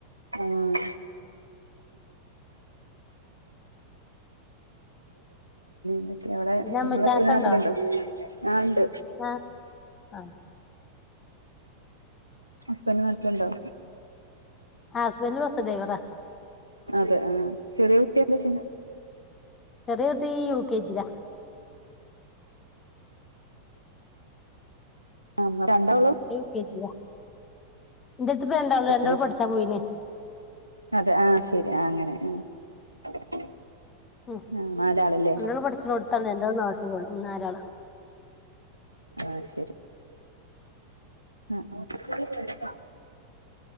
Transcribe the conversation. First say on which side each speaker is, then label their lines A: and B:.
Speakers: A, on the right; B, on the left.
A: ഹേ ഉം ഇ അവിടെ
B: പിന്നെ അമ്മോശാക്കണ്ടോ
A: നപ്പ നാട്ടിലു <inaudible> ണ്ടോ ആ ഉണ്ട്
B: ആഹ് ആഹ്
A: ഹസ്ബന്റ്നാട്ടിലുണ്ടോ?
B: ആ ഹസ്ബൻഡ് ബസ്സ്ഡൈവറാ --
A: അതെ ആ ചെറിയ കുട്ടിയ എന്താ ചെയ.
B: ചെറിയട്ടീ യു, കെ, ജി, ലാ
A: ആ രണ്ടോള
B: കേജുക <unintelligible> ഇൻജെട്ത്ത്പ്പൊരണ്ടാള്‌രണ്ടാള്
A: പത്തില്
B: പഠിച്ചാ പോയിേ നേ
A: അതെ ആ ശരി ആ അങ്ങനെ ആ
B: ഉം
A: ആ നാലാളല്ലേ
B: രണ്ടാള് പഠിച് ണോ ട്ത്താണ്ട് രണ്ടാള്നാട്ടിലാണ്. മൂന്നാലാള്
A: ആ ശരി ആ ആ